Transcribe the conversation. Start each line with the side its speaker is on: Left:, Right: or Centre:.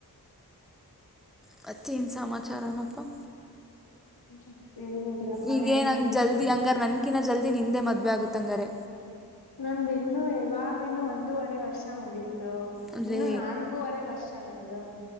Centre: ಮತ್ತೆ ಏನ ಸಮಾಚಾರಪ್ಪ
Left: ಮತ್ತೆ ಏನಿಲ್ಲಪ್ಪ
Centre: ಈಗೇ
Left: ಹೇಳ್ಬೇಕ
Centre: ನಂಗೆ ಜಲ್ದಿ
Left: ನೀನೇ
Centre: ಹಂಗಾರ ನನ್ಕಿನ್ನ ಜಲ್ದಿ ನಿಂದೆ ಮದುವೆ ಆಗುತ್ತೆ ಆಗಿದ್ರೆ
Left: ನಂದ ಇನ್ನುೂ ಇವವಾಗಿ ಇನ್ನು ಒಂದೂವರೆ ವರ್ಷ ಮುಗಿತಿ
Centre: ಅಂದರೆ
Left: ಇನ್ನುೂ <unintelligible> ನಾಲ್ಕೂವರೆ ವರ್ಷ ನಂದುಂದು